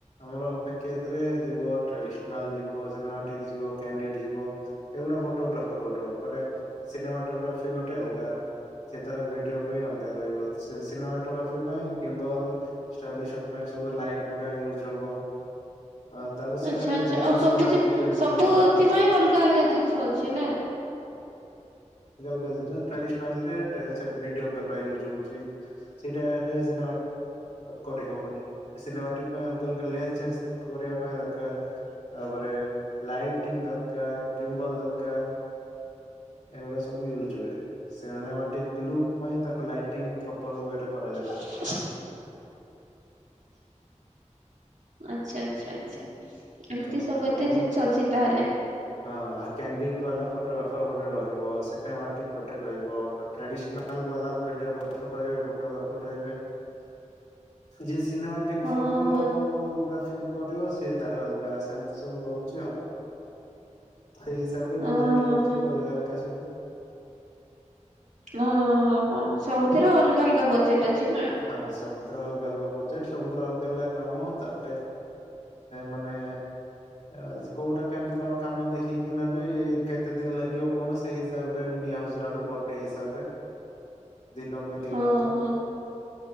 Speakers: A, on the left (about 65°); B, on the right (about 80°).
A: ଆମର କେଜରେ ଯ ଟ୍ରାଡିସନାଲ ଯିବ ସିନେମାଟିକ ଯ କ୍ୟାଣ୍ଡିଡ ଯିବ ଏଗୁଡା ଫଟୋଗ୍ରାଫର ଗୋଟେ ଗୋଟେ ମାନେ ସିନେମାଟୋଗ୍ରାଫି ଗୋଟେ ଅଲଗା ସେ ତାର ଭିଡିଓ ପାଇଁ ଅଲଗା ରହିବ ସିନେମାଟୋଗ୍ରା ସେଥିପାଇଁ ଗେବ ସବୁ ଲାଇଟ ଗୁଡା ୟୁଜ ହବ। ଅ ତାପରେ ସେଇଟା
B: ଆଚ୍ଛା
A: ପାଇଁ
B: ଆଚ୍ଛା
A: ଲେନ୍ସ
B: ଆଉ ସବୁ
A: ଗୁଡା ଅଧିକ ୟୁଜ
B: ସବୁଥିପାଇଁ
A: ହବ
B: ଅଲଗା ଅଲଗା ଜିନିଷ ଅଛି ନା।
A: ଯଦିଟା ଭିଡିଓ କାମେ ୟଜ ହଉଛି ସେଇଟା ଏଜ କରିହବନି ସିନେମାଟ ପାଇଁ ଅଲଗା ଅଲଗା ଲ କରିବା ପାଇଁ ଦରକାର ତାପରେ ଲାଇଟିଂ ଦରକାର ଗିମ୍ବଲ ଦରକାର କାରାର ଏଗୁଡା ସବୁ ୟୁଜ ହୁଏେ ଲୁକ୍ ପାଇଁ ତାକୁ ଲାଇଟିଙ୍ଗ ପ୍ରପର ୱେ ରେ କରାଯାଏ।
B: <inaudible> ଆଚ୍ଛା ଆଚ୍ଛା ଆଚ୍ଛା।
A: ହ
B: ଏମିତି ସବୁ
A: ଆଉ
B: ଏତେ ଜିନିଷ ଅଛି ତାହେଲେ
A: ହଁ ଆଉ କ୍ୟାଣ୍ଡିଡ଼ ବା ଫଟୋଗ୍ରାଫର ରହିବ ସେ କହିକି ଗୋଟେ ରହିବା ବା ଭିଡି୍ରାର ରହିବେ ଫଟୋଗ୍ରାର ରହିବେ ସିନେମାଟିକ୍
B: ହଁ
A: ଓ ଓ ଫୋଟୋଗ୍ରାଫିକ
B: ହଁ
A: କରିବ ସେ ତାର ଅଲଗା ସେମିତି ସବୁ ରହୁଛି ଆଉ। ସେଇ ହିସାବରେ
B: ହଁ
A: ବଜେଟ ରହୁଛି
B: ହଁ
A: ଅଲଗା ଅଲଗା ସବୁ
B: ଓ ହୋ ହଁ ସବୁଥିର ଅଲଗା ଅଲଗା ବଜେଟ୍ ପାଛିିବା
A: ହଁ ସବୁଥିର ଅଲଗା ଅଲଗା ବଜେଟ ସବୁରେ ଅଲଗା ଅଲଗା କାମ ତାପରେ ମାନେ ଅ କୋଉଟା କେମିତି କଣ କାମ ଦେଖିକି ନେବ କେତେ ଦିନ ଲାଗିବ କଣ ସେଇ ହିସାବରେ ନିଆ ହଉଛି ନହେଲେ ପର ଡେ ହିସାବରେ ଦିନକୁ ଏତିକି
B: ହଁ
A: ଟଙ୍କା
B: ହଁ